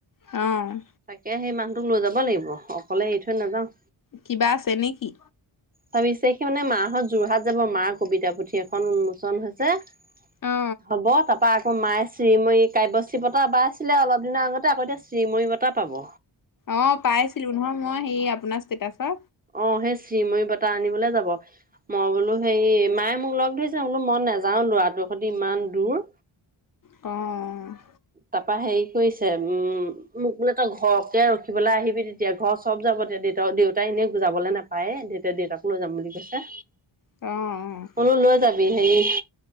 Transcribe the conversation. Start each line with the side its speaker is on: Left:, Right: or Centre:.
Left: অ'।
Right: তাকে সেই মানুহটোক লৈ যাব লাগিব, অকলে এৰি থৈ নাযাওঁ।
Left: কিবা আছে নেকি?
Right: ভাবিছে সি মানে মাহঁত যোৰহাট যাব মাৰ কবিতা পুথি এখন উন্মোচন হৈছে। <inaudible>
Left: অ
Right: হ'ব তাৰপৰা আকৌ মায়ে শ্ৰীময়ী কাব্যশ্ৰী বটা পাইছিলে অলপ দিনৰ আগতে আকৌ এতিয়া শ্ৰীময়ী বটা পাব।
Left: অ' পাইছিলো নহয়, মই সেই আপোনাৰ ষ্টেটাচত।
Right: অ' সেই শ্ৰীময়ী বটা আনিবলে যাব। মই বোলো হেৰি মায়ে মোক লগ ধৰিছে বোলো, মই নেযাও ল'ৰাটোৰ সৈতে ইমান দূৰ।
Left: অ'।
Right: তাৰপা হেৰি কৰিছে উম মোক বোলে তই ঘৰকে ৰখিবলৈ আহিবি তেতিয়া ঘৰত চব যাব তেতিয়া দেউতা দেউতাই এনেই যাবলে নাপা পায়ে দেউতা-দেউতাকো লৈ যাম বুলি কৈছে।
Left: অ',
Right: কলো লৈ যাবি হেৰি